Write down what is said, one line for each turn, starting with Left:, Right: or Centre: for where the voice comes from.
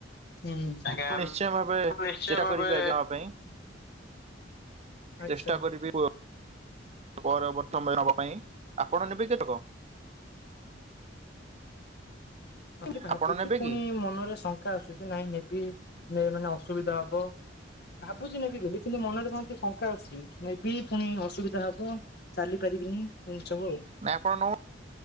Left: ହୁଁ।। ଆଜ୍ଞା
Right: ମୁଁ ନିଶ୍ଚୟ
Left: ଉ
Right: ଭାବେ
Left: ନିଶ୍ଚୟ
Right: ଚେଷ୍ଟା
Left: ଭାବେ।
Right: କରିବି ଆଜ୍ଞା ନବା ପାଇଁ
Left: ଆଚ୍ଛା
Right: ଚେଷ୍ଟା କରିବି ପର ପ୍ରର୍ତ୍ତମ ନବା ପାଇଁ ଆପଣ ନେବେ କେତକ?
Left: ବୋଲି ଭାବୁଛି
Right: ଆପଣ ନେବେ
Left: ପୁଣି
Right: କି
Left: ମନରେ ଶଙ୍କା ଆସୁଛି ନାଇଁ ନେବି ନେ ମାନେ ଅସୁବିଧା ହବ। ଭାବୁଛି ନେବି ବୋଲି କିନ୍ତୁ ମନରେ କହନ୍ତି ଶଙ୍କା ଆସିଚି ନେବି ପୁଣି ଅସୁବିଧା ହବ। ଚାଲି ପାରିବିନି ଏ ସବୁ ଆଉ।
Right: ନା ଆପଣ ନଉ